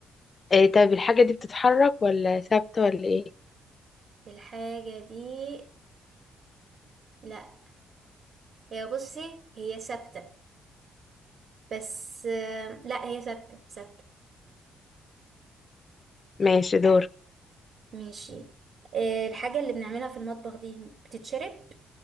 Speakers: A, on the left (about 35°); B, on the right (about 55°).
A: آه، طب الحاجة دي بتتحرك ولا ثابتة ولا ايه
B: الحاجة دي لا هي بصي هي ثابتة بس آه، لا هي ثابتة ثابتة
A: ماشي دور
B: ماشي آه، الحاجة اللي بنعملها في المطبخ دي بتتشرب